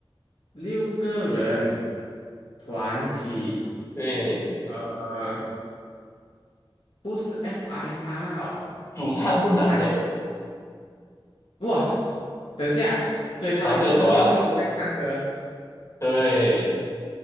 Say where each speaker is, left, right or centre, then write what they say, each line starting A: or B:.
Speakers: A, on the left; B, on the left.
A: 六个人团体，
B: 对，
A: 呃，不是 FIR 哦，
B: 主唱是男的，
A: 他就哇，等下，所以他们不是六个都在唱歌？
B: 男歌手啊，对。